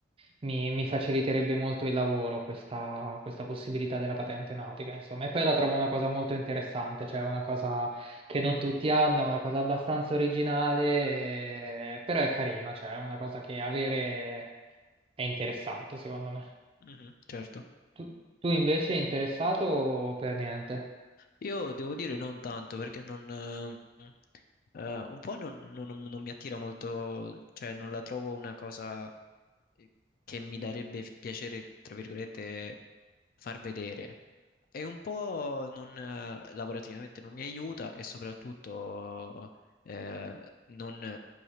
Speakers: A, on the right; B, on the left.
A: mi- mi faciliterebbe molto il lavoro questa, questa possibilità della patente nautica, insomma. E poi la trovo una cosa molto interessante, cioè una cosa che non tutti hanno, è una cosa abbastanza originale, eh, però è carina, cioè è una cosa che avere è interessante, secondo me.
B: Mhm, certo.
A: Tu, tu invece interessato o per niente?
B: Io devo dire non tanto perché non, eh, eh, un po' non, non- non mi attira molto, cioè non la trovo una cosa eh, che mi darebbe piacere, tra virgolette, far vedere. E un po' non, eh, lavorativamente non mi aiuta e soprattutto eh, non,